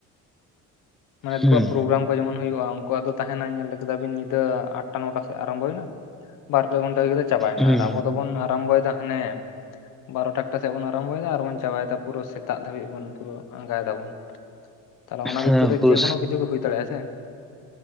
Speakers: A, on the left (about 65°); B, in the centre.
A: ᱢᱟᱱᱮ ᱩᱱᱩᱠᱩᱣᱟᱜ
B: ᱦᱩᱸ
A: ᱯᱨᱳᱜᱨᱟᱢ ᱠᱚ ᱡᱮᱢᱚᱱ ᱦᱩᱭᱩᱜᱼᱟ ᱩᱱᱠᱩᱣᱟᱜ ᱫᱚ ᱛᱟᱦᱮᱸᱱᱟ ᱧᱮᱞ ᱠᱮᱫᱟ ᱵᱤᱱ ᱧᱤᱫᱟᱹ ᱟᱴᱴᱟ ᱱᱚᱴᱟ ᱥᱮᱫ ᱟᱨᱟᱢᱵᱷᱚ ᱦᱩᱭ ᱮᱱᱟ᱾ ᱵᱟᱨ ᱯᱮ ᱜᱷᱚᱱᱴᱟ ᱛᱮ ᱪᱟᱵᱟᱭᱱᱟ
B: ᱦᱩᱸ
A: ᱟᱨ ᱟᱵᱚ ᱫᱚᱵᱚᱱ ᱟᱨᱟᱢᱵᱚᱭᱮᱫᱟ ᱦᱟᱱᱮ ᱵᱟᱨᱚ ᱴᱟ ᱮᱠᱴᱟ ᱥᱮᱫ ᱵᱚᱱ ᱟᱨᱟᱢᱵᱚᱭᱮᱫᱟ ᱟᱨᱵᱚᱱ ᱪᱟᱵᱟᱭᱮᱫᱟ ᱯᱩᱨᱟᱹ ᱥᱮᱛᱟᱜ ᱫᱷᱟᱹᱵᱤᱡ ᱵᱚᱱ ᱯᱩᱨᱟᱹ ᱟᱸᱜᱟᱭ ᱫᱟᱵᱚᱱ᱾ ᱛᱟᱦᱚᱞᱮ ᱚᱱᱟ
B: ᱦᱮᱸ
A: ᱵᱷᱤᱛᱤᱨ ᱨᱮ
B: ᱯᱩᱨᱟᱹ
A: ᱡᱮ ᱠᱳᱱᱳ ᱠᱤᱪᱷᱩ ᱜᱮ ᱦᱩᱭ ᱫᱟᱲᱮᱭᱟᱜᱼᱟ ᱥᱮ?